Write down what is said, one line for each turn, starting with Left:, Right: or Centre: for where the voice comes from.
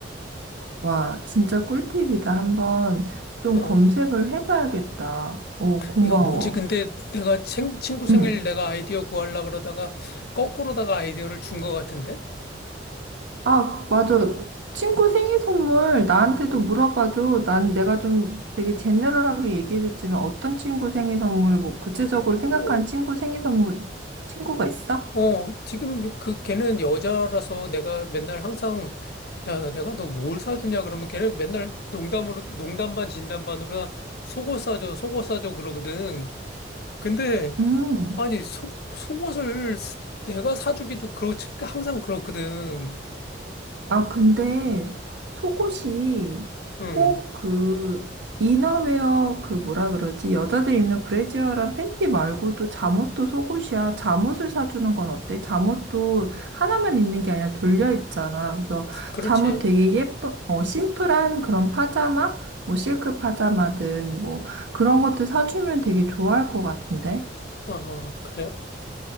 Right: 와, 진짜 꿀팁이다. 한번 좀
Left: 어.
Right: 검색을 해봐야겠다. 오, 고마워.
Left: 이거 뭐지? 근데 내가 친, 친구 생일
Right: 응.
Left: 내가 아이디어 구하려 그러다가 거꾸로다가 아이디어를 준 것 같은데?
Right: 아, 맞아. 친구 생일 선물 나한테도 물어봐줘. 난 내가 좀 되게 제네럴하게 얘기해줬지만 어떤 친구 생일 선물, 뭐 구체적으로
Left: 어,
Right: 생각한 친구 생일 선물, 친구가 있어?
Left: 어, 지금 그 걔는 여자라서 내가 맨날 항상 야, 내가 너 뭘 사주냐 그러면 걔는 맨날 농담으로 농담 반 진담 반으로 속옷 사줘, 속옷 사줘 그러거든. 근데
Right: 음.
Left: 아니, 속 속옷을 스- 내가 사주기도 그렇지 항상 그렇거든.
Right: 아, 근데 속옷이
Left: 음.
Right: 꼭 그 이너웨어 그 뭐라 그러지? 여자들 입는 브래지어랑 팬티 말고도 잠옷도 속옷이야. 잠옷을 사주는 건 어때? 잠옷도 하나만 입는 게 아니라 돌려 입잖아. 그래서
Left: 그렇지.
Right: 잠옷 되게 예쁜, 어, 심플한 그런 파자마? 뭐 실크 파자마든 뭐 그런 것도 사주면 되게 좋아할 것 같은데?
Left: 아, 그래?